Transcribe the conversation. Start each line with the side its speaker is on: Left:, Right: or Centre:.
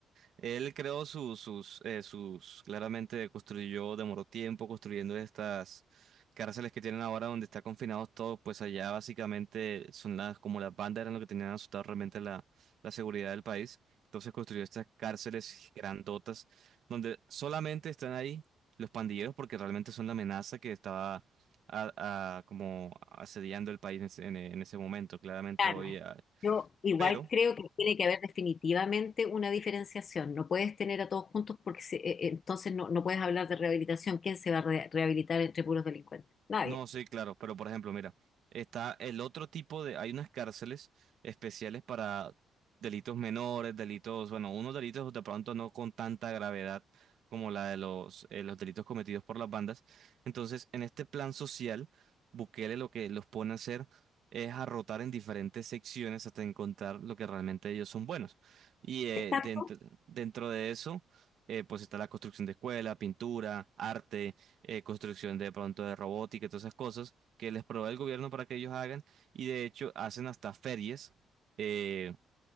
Right: Él creó sus, sus, eh, sus, claramente construyó, demoró tiempo construyendo estas cárceles que tienen ahora donde está confinados todos, pues allá básicamente son las, como las bandas eran lo que tenían asustado realmente la, la seguridad del país. Entonces construyó estas cárceles grandotas donde solamente están ahí los pandilleros porque realmente son la amenaza que estaba a- a- como asediando el país en ese, en- en ese momento, claramente
Left: Claro.
Right: hoy. ah,
Left: Yo igual
Right: Pero...
Left: creo que tiene que haber definitivamente una diferenciación. No puedes tener a todos juntos porque se- eh, eh, entonces no, no puedes hablar de rehabilitación. ¿Quién se va a re- rehabilitar entre puros delincuentes? Nadie.
Right: No, sí, claro, pero por ejemplo, mira, está el otro tipo de, hay unas cárceles especiales para delitos menores, delitos, bueno, unos delitos de pronto no con tanta gravedad como la de los, eh, los delitos cometidos por las bandas. Entonces, en este plan social, Bukele lo que los pone a hacer es a rotar en diferentes secciones hasta encontrar lo que realmente ellos son buenos. Y eh,
Left: Por tanto,
Right: dentro, dentro de eso, eh, pues está la construcción de escuela, pintura, arte eh, construcción de pronto de robótica y todas esas cosas que les provee el gobierno para que ellos hagan y de hecho hacen hasta ferias eh,